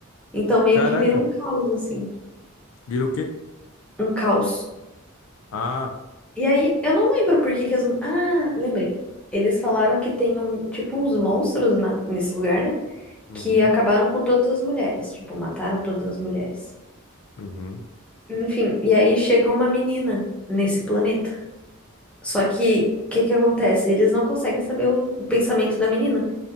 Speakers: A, in the centre; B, on the left.
A: Então meio
B: Caraca,
A: que vira um caos, assim.
B: vira o quê?
A: Um caos.
B: Ah,
A: E aí, eu não lembro por que que as. Ah, lembrei. Eles falaram que tem um, tipo, uns monstros na- nesse lugar, né?
B: uhum,
A: Que acabaram com todas as mulheres. Tipo, mataram todas as mulheres.
B: uhum.
A: Enfim, e aí chega uma menina nesse planeta. Só que, o que que acontece? Eles não conseguem saber o o pensamento da menina.